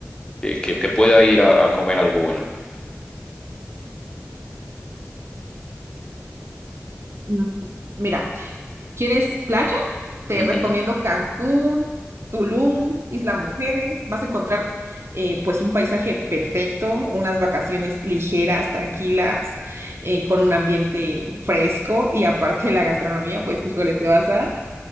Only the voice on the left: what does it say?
que, que- que pueda ir a, a comer algo bueno.
Ujú,